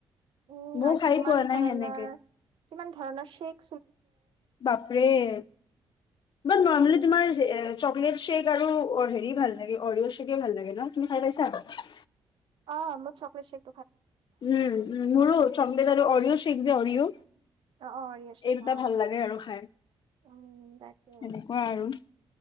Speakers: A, on the right (about 65°); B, on the left (about 55°).
A: উম,
B: ময়ো খাই
A: কিমান
B: পোৱা নাই
A: ধৰণৰ
B: সেনেকে
A: কিমান ধৰণৰ চেক্
B: বাপৰে ইমান
A: উম
B: নৰমেলি তোমাৰ এ চকলেট শ্বেক আৰু অ' হেৰি ভাল লাগে অৰিঅ' শ্বেক ভাল লাগে ন, তুমি খাই পাইছা?
A: অ', মই চকলেট শ্বেক
B: উম, উম মোৰো চকলেট আৰু অৰিঅ' শ্বেক যে অৰিঅ'।
A: অ অ অৰিয় শ্বেক
B: এই দুটা
A: অ
B: ভাল লাগে আৰু খাই।
A: উম তাকে
B: হেনেকুৱা আৰু